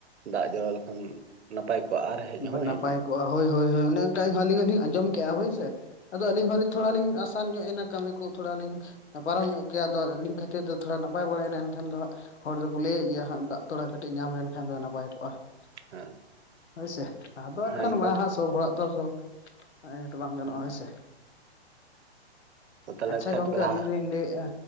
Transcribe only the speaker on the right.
ᱫᱟᱜ ᱡᱚᱨᱟᱣ ᱞᱮᱠᱷᱟᱱ ᱱᱟᱯᱟᱭ ᱠᱚᱜᱼᱟ ᱟᱨ ᱦᱮᱡ ᱦᱚᱸ
ᱦᱮᱡ ᱮᱱᱟ
ᱦᱮᱸ
ᱦᱮᱸ ᱚᱱᱠᱟ
ᱦᱮᱸ
ᱛᱟᱦᱚᱞᱮ
ᱠᱷᱮᱛ
ᱠᱚᱨᱮ